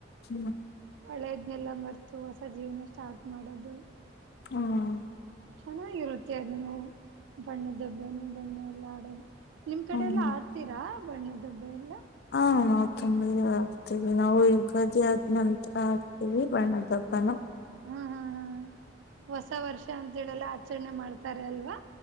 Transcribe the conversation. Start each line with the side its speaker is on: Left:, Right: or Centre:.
Left: ಹ್ಮ್.. <inaudible>
Right: ಹಳೆಯದ್ನೆಲ್ಲ ಮರ್ತು ಹೊಸ ಜೀವನ ಸ್ಟಾರ್ಟ್ ಮಾಡೋದು.. <unintelligible>
Left: ಹ್ಮ <inaudible>
Right: ಚೆನ್ನಾಗಿರುತ್ತೆ ಅದನ್ನು ಬಣ್ಣ ದಬ್ಬನು ಬಣ್ಣ ಎಲ್ಲ ಆಡದು <unintelligible> ನಿಮ್ ಕಡೆ
Left: ಹ್ಮ್
Right: ಎಲ್ಲ ಆಡ್ತೀರಾ... <unintelligible> ಬಣ್ಣದ ಹಬ್ಬ ಎಲ್ಲ <inaudible>
Left: ಹಾ ಮ ತೊಂಬ ಆಡ್ತೇವಿ ನಾವು ಯುಗಾದಿ ಆದ್ ನಂತತ್ರ ಆಡ್ತೀವಿ.. <unintelligible> ಬ್ಣದಪ್ಪಾನೋ.
Right: ಹ್ಮ್ ಹ್ಮ್ ಹ್ಮ್.. <inaudible> ಹೊಸ ವರ್ಷ ಅಂತ.. <inaudible> ಜಲ್ಲ.. <inaudible> ಆಚರಣೆ ಮಾಡ್ತಾರೆ ಅಲ್ವಾ.